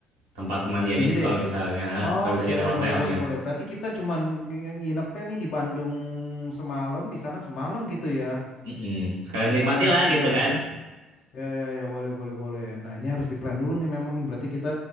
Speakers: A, on the right (about 70°); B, on the left (about 55°).
A: tempat pemandiannya
B: Ciwidey.
A: itu kalau misalnya, ha,
B: Oke,
A: kalau misalnya ada hotelnya.
B: boleh boleh boleh. Berarti kita cuman ngi- nginepnya nih di Bandung semalam, di sana semalam gitu ya.
A: Mm-mm. Sekali menikmati
B: Kak ya,
A: lah gitu
B: iya,
A: kan?
B: ya, ya, ya, boleh, boleh, boleh. Nah, ini harus diplan dulu nih memang nih. Berarti kita